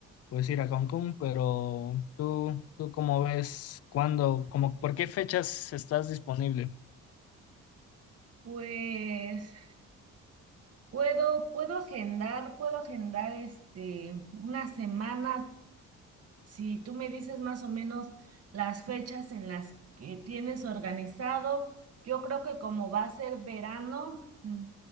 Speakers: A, on the left; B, on the right.
A: pues ir a Cancún, pero tú, tú cómo ves, cuándo, como, por qué fechas estás disponible?
B: Pues puedo, puedo agendar, puedo agendar este una semana. Si tú me dices más o menos las fechas en las que tienes organizado, yo creo que como va a ser verano. mm,